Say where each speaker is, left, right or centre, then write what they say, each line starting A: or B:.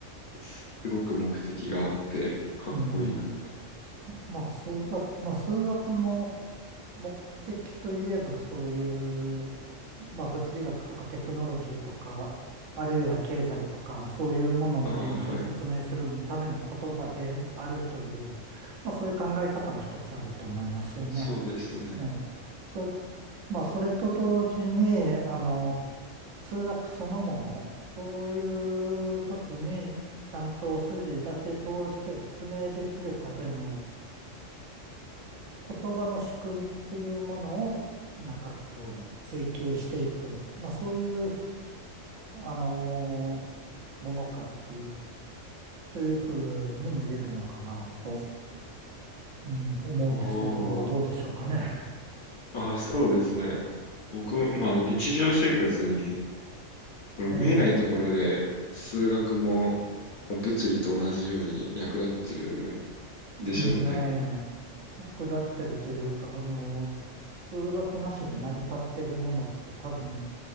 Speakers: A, on the left; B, on the right.
A: すごく目的があってかっこいいなって思います。
B: うん。まあ、数学、まあ、数学も、目的といえばそういう、まあ、物理学とかテクノロジーとか、あるいは経済とか、そういうものの現象を説明するための言葉であるという、
A: ああ、はい。
B: まあ、そういう考え方は一つあると思いますよね。
A: そうですね。
B: ええ。それ、まあ、それと同時に、あの、数学そのもの、そういう時に、ちゃんと筋立て通して説明できるための言葉の仕組みっていうものを、なんか
A: うん
B: 追求していく、まあそういう、あのーものかっていう、というふうにも言えるのかなと、うん、思うんですけど、
A: おー、
B: どうでしょうかね。
A: あ、そうですね。僕も、まあ、日常生活に、この見えないところで、
B: ええ、
A: 数学も、まあ物理と同じように役立ってる
B: うんね
A: でしょうね。
B: え、下ってるというか、あのー数学なしで成り立ってるものって多分